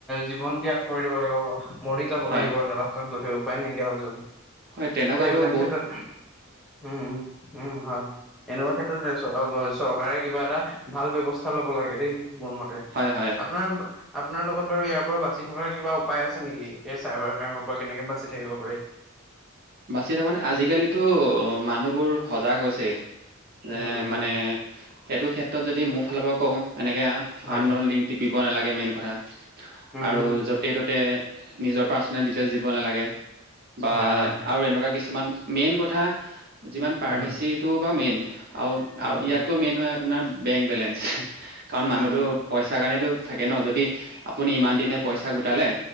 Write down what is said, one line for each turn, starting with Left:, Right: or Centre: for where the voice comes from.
Centre: জন ত্যাগ কৰি দিব লাগিব মৰি যাব
Right: হয়
Centre: লাগিব নে লাষ্টত গৈটেই উপায় নাইকিয়া হৈ যাব
Right: হয় তেনেকুৱাতো
Centre: ত' সেইবিলাক
Right: বহুত
Centre: ক্ষেত্ৰত উম, উম, হয়। এনেকুৱা ক্ষেত্ৰত চৰকাৰে কিবা এটা ভাল ব্যবস্থা <unintelligible> লব লাগে দেই মোৰ মতে
Right: হয় হয়।
Centre: আপোনাৰ আপোনাৰ লগত আৰু ইয়াৰ পৰা বা চিথকাৰ কিবা উপায় আছে নেকি? এই চাৰভাৰ ক্ৰাইমৰ পৰা কেনেকে বাচি থাকিব পাৰি।
Right: বাচি তাৰ মানে আজিকালিতো মানুহবোৰ সজাগ হৈছে। এ
Centre: উম
Right: মানে
Centre: উম
Right: সেইটো খেতু ত যদি মোৰ ফালৰ পৰা কওঁ এনেকে
Centre: হয়
Right: আন নন লিংক টিপি টিপিব নেলাগে মেইন কথা।
Centre: উম
Right: আৰু
Centre: উম
Right: যতে ততে, নিজৰ পাৰ্চনেল ডিটেইলছ দিব নালাগে। বা
Centre: হয় হয়
Right: আৰু এনেকুৱা কিছুমান মেইন গ তথা যিমান প্ৰাৰভেচিটো
Centre: উম
Right: বা মেইন। আৰু
Centre: উম
Right: আৰু
Centre: উম
Right: ইয়াতকৈ মেইন হয় আপোনাৰ বেংক বেলেন্ঞ্চ কাৰণ মানুহতো
Centre: উম
Right: পইচাৰ কাৰণেতো থাকে ন যদি আপুনি ইমান দিনে পইচা গোটালে